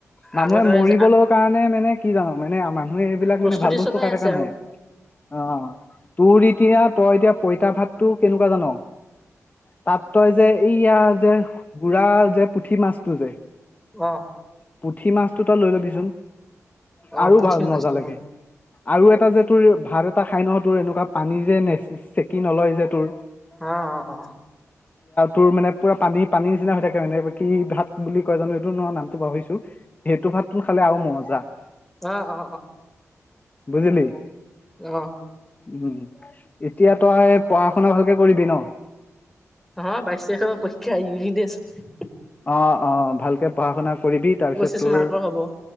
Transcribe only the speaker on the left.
মানুহে
মৰিবলৈ
কাৰণে মানে কি জান মানে আমাৰ মানুহে সেইবিলাক
মানে ভাল বস্তু
খাই
থকা
নাই। অ। তোৰ এতিয়া তই এতিয়া পইতা ভাতটো কেনেকুৱা জান? তাত তই যে এয়া যে বুঢ়া যে, পুঠি মাছটো যে,
পুঠি মাছটো তই লৈ লবিচোন।
আৰু
ভাল
মজা লাগে
আৰু এটা যে তোৰ ভাৰত খাই নহয় তোৰ এনেকুৱা পানী যে চেকি নলয় যে, তোৰ
তোৰ মানে পুৰা পানী পানী নিচিনা হৈ থাকে মানে। কি ভাত বুলি কয় জানো এইটো ন নামটো পাহৰিছো। সেইটো ভাতটো খালে আৰু মজা।
বুজিলি?
উম এতিয়া তই পঢ়া শুনা ভালকে কৰিবি ন?
অ অ ভালকে পঢ়া শুনা কৰিবি তাৰপিছত
তোৰ,